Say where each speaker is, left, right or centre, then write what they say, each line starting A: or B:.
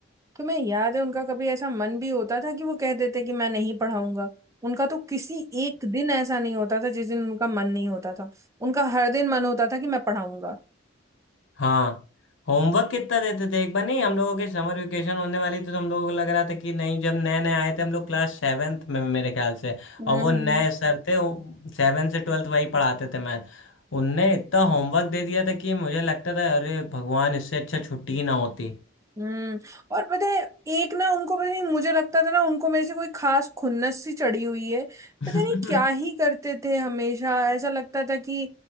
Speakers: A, on the right; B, on the left.
A: तो मैं याद है उनका कभी ऐसा मन भी होता था कि वो कह देते कि मैं नहीं पढ़ाऊंगा उनका तो किसी एक दिन ऐसा नहीं होता था जिस दिन उनका मन नहीं होता था उनका हर दिन मन होता था कि मैं पढ़ाऊंगा
B: हाँ होमवर्क कितना देते थे एक बार नहीं हम लोगों के समर वेकेशन होने वाली थी, तो हम लोगों को लग रहा था कि नहीं जब नए नए आए थे हम लोग क्लास सेवेंथ में मेरे ख्याल से
A: हम्म
B: और वो नए सर थे सेवेंथ से ट्वेल्थ वही पढ़ाते थे मैथ उनने इतना होमवर्क दे दिया था कि मुझे लगता था अरे भगवान इससे अच्छा छुट्टी ही ना होती
A: हम्म और पता है एक ना उनको पता नहीं मुझे लगता था ना उनको मेरे से कोई खास खुन्नस सी चढ़ी हुई है
B: <laughs>
A: पता नहीं क्या ही करते थे हमेशा ऐसा लगता था कि